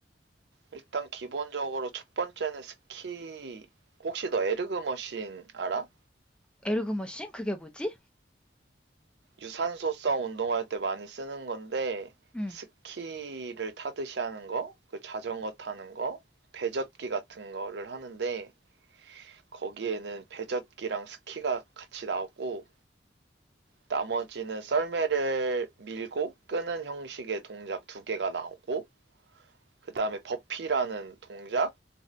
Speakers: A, on the right; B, in the centre.
A: 일단 기본적으로 첫 번째는 스키, 혹시 너 에르그 머신 알아?
B: 에르그머신? 그게 뭐지?
A: 유산소성 운동할 때 많이 쓰는 건데
B: 응,
A: 스키를 타듯이 하는 거, 그 자전거 타는 거, 배젓기 같은 거를 하는데 거기에는 배젓기랑 스키가 같이 나오고 나머지는 썰매를 밀고 끄는 형식의 동작 두 개가 나오고 그 다음에 버피라는 동작